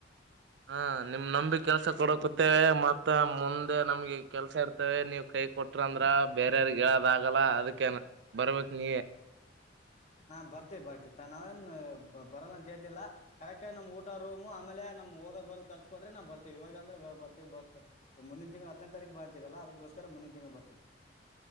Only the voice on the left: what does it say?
<inaudible> ಹಾ ಬರ್ತಿವಿ ಬರ್ತಿ ನಾವೇನ್ ಬರಲ್ಲ ಅಂತ ಹೇಳ್ತಿಲ್ಲಾ ಕರೆಕ್ಟ ನಮ್ ಊಟ ರೂಮ್ ಆಮೇಲೆ ನಮ ಹೋಗದ ಬ ರ್ ಕೊರ ನಾ್ರ್ತಿವಾಗ ಅ್ರ ಬರ್ ಮುಿನ ತಿಂಳ ಹನೇರೀ ಬಂತೀರಲ್ಲ ಅದಕ್ಕೋಸ್ಕರ ಮುಂದಿನ ತಿಂಗಳು ಬರ್ತೀವಿ